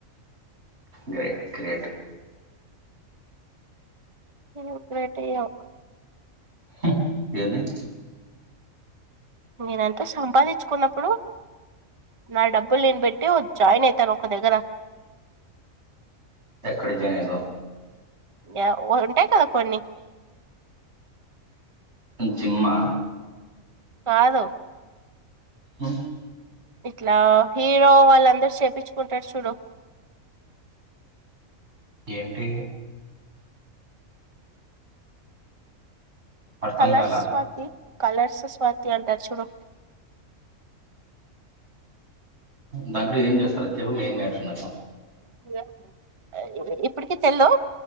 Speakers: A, on the right; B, on the right.
A: గ్రేట్ గ్రేట్
B: ఎం గ్రేటో ఏమో
A: <unintelligible>
B: నేనంతా సంపాదించుకున్నప్పుడు నా డబ్బులు నేను పెట్టి <unintelligible> జాయిన్ అయితాను ఒక దగ్గర
A: ఎక్కడ జాయినైతావ్
B: య ఉంటాయి కదా కొన్ని
A: జిమ్మ
B: కాదు
A: ఉ
B: ఇట్లా హీరో వాళ్ళందరు చేపిచుకుంటారు చూడు
A: ఏంటి అర్థం
B: కలర్స్
A: కాల
B: స్వాతి కలర్స్ స్వాతి అంటారు చూడు
A: దాంట్లో ఏం చేస్తారు అది చెప్పు మెయిన్ మ్యాటర్ నాకు
B: ల అది ఇప్పటికి తెల్దు